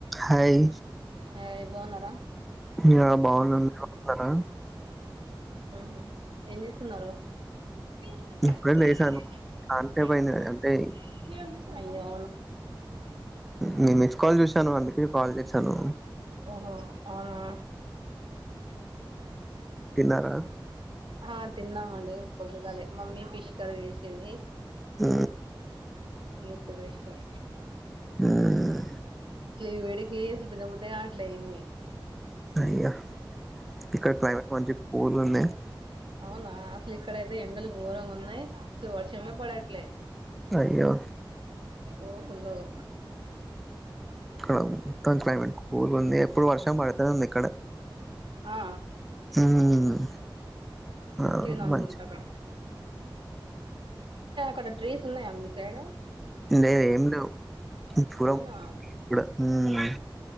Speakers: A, in the centre; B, on the right.
A: Hi
B: ఏయీ బాగున్నారా
A: ఏయా బాగున్నాం మీరు వత్తరా
B: ఆ ఏం చేస్తున్నారు మీరు మీ చాలాసేపు
A: ఇప్పుడే లేసాను అంటే పైన
B: అయిది
A: అంటే
B: అయ్యయ్యో
A: నేను మిక్స్ కాల్ చేసాను అందుకే కల్ చేసాను
B: ఓహో అవునా
A: తిన్నారా
B: ఆ తిన్నామండి పొదుగాలే మమ్మీ ఫిష్ కర్రీ చేసింది
A: ఆ
B: ఎంతో ఇష్టం
A: మ్మ్
B: అసలు ఈ వేడకి అసలు తినబుద్ధికాట్లే ఏమి
A: అయ్యా ఇక్కడ క్లైమేట్ మంచి కూల్ ఉన్నాయి
B: అవునా అసలు ఇక్కడయితే ఎండలు ఘోరంగా ఉన్నాయి అసలు వర్షం పడట్లే
A: అయ్యో
B: ఓ పులుగా
A: ఇక్కడ మొత్తం క్లైమేట్ కూల్గుంది ఎప్పుడు వర్షం పదూతనే ఉంది ఇక్కడ
B: ఆ
A: హుమ్
B: మంచిగుంది
A: ఆ
B: అనుకుంటా
A: మంచి
B: అక్కడ కొని ట్రీస్ ఉన్నాయా మీ సైడ్
A: లేేదేమ్లేవు ముగ్గురం
B: అవునా
A: ఇప్పుడు మ్